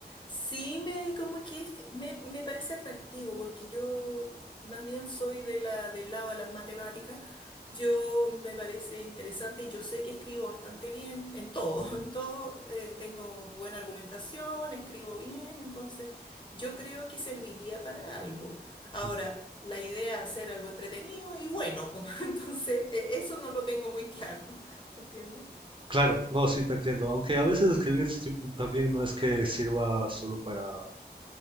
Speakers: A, on the left; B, on the right.
A: sí me como que es- que me, me parece atractivo porque yo más bien soy de la, del lado de las matemáticas yo me parece interesante y yo sé que escribo bastante bien en todo,
B: Ujú.
A: <laughs> en todo eh, tengo buena argumentación, escribo bien, entonces yo creo que serviría para algo.
B: <laughs>
A: Ahora, la idea es hacer algo entretenido y bueno, pues, <laughs> entonces eh, eso no lo tengo muy claro, <laughs> ¿me entiendes?
B: Claro, no, sí te entiendo, aunque a veces escribir sí- también no es que sirva solo para,